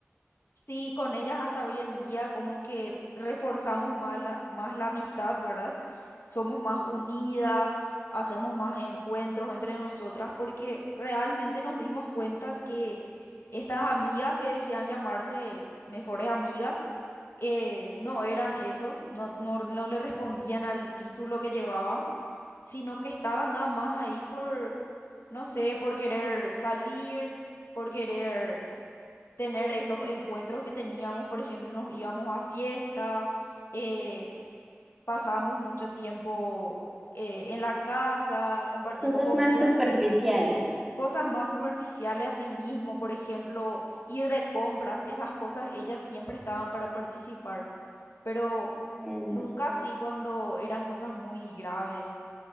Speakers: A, on the left; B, in the centre.
A: Sí, con ellas hasta hoy en día como que reforzamos más la, más la amistad, ¿verdad? Somos más unidas, hacemos más encuentros entre nosotras porque realmente nos dimos cuenta que estas amigas que decían llamarse mejores amigas eh, no eran eso, no, no, no le respondían al título que llevaban, sino que estaban nada más ahí por, no sé, por querer salir, por querer tener esos encuentros que teníamos, por ejemplo, nos íbamos a fiestas, eh, pasábamos mucho tiempo eh, en la casa compartiendo
B: Cosas
A: comidas,
B: más superficiales.
A: cosas más superficiales a sí mismo, por ejemplo, ir de compras, esas cosas ellas siempre estaban para participar, pero
B: Entiendo.
A: nunca así cuando eran cosas muy graves.